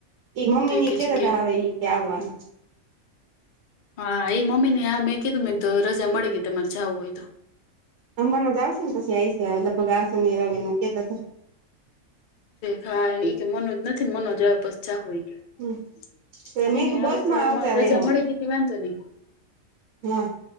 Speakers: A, on the right; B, on the left.
A: એ મમ્મી
B: તો
A: ની
B: કે
A: કેતા
B: છે કે
A: એ કે આવવાનું.
B: હા એ મમ્મી ને મેં કધું મેમ તો રજા મળે ગઈ તમારે જવું હોય તો
A: હમને જ આવશે ને પછી આવી છે લગભગ સની રવિ કહતા તા.
B: ખા ઈ કે મનોજ નથી ને મનોજ આવે પછ જાહુ એ કે,
A: હમ
B: <inaudible> એને
A: મેં કીધું
B: હવે
A: બસ
B: તો
A: માં આવતા
B: રજા
A: રેહો
B: મળે તો ગીતી વાંધો નહી.
A: હા!